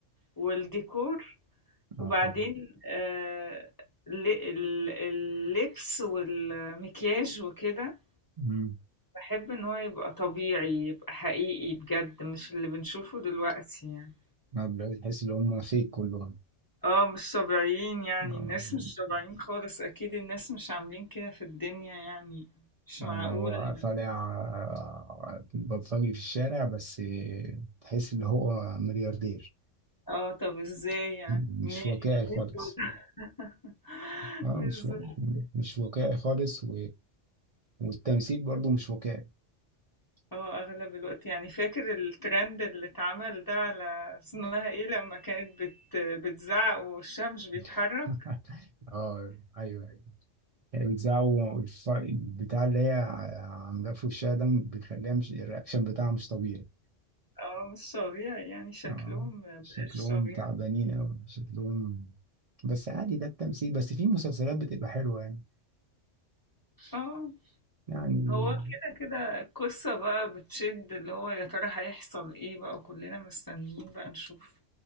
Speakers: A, on the left (about 20°); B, on the right (about 60°).
A: والديكور
B: اه
A: وبعدين
B: طبعا
A: آآ ال ال اللبس والمكياج وكده،
B: امم
A: باحب إن هو يبقى طبيعي، يبقى حقيقي بجد مش اللي بنشوفه دلوقتي يعني.
B: دلوقتي تحس ان هم فيك كلهم
A: آه مش طبيعيين يعني،
B: آه.
A: الناس مش طبيعيين خالص، أكيد الناس مش عاملين كده في الدنيا يعني، مش
B: اللي
A: معقولة
B: هو
A: يعني.
B: طالع آه، بلطجي في الشارع بس آه، تحس ان هو ملياردير
A: آه طب إزاي يعني
B: مش
A: منين
B: واقعي
A: يعني
B: خالص
A: إيه دول؟ <laughs>
B: اه
A: بالضبط.
B: مش و... مش واقعي خالص و... والتمثيل برضو مش واقعي
A: اه اغلب الوقت يعني فاكر الترند اللي اتعمل ده على اسمها ايه لما كانت بت بتزعق ووشها مش بيتحرك
B: <laughs> اه ايوه ايوه هي بتزعق الف... البتاع اللي هي عاملاه في وشها ده بيخليها مش الرياكشن بتاعها مش طبيعي
A: اه مش طبيعي يعني شكلهم
B: اه
A: مبقاش
B: شكلهم
A: طبيعي
B: تعبانين اوي شكلهم بس عادي ده التمثيل بس في مسلسلات بتبقى حلوة يعني
A: اه
B: يعني
A: هو كده كده القصة بقى بتشد اللي هو يا ترى هيحصل ايه بقى وكلنا مستنيين بقى نشوف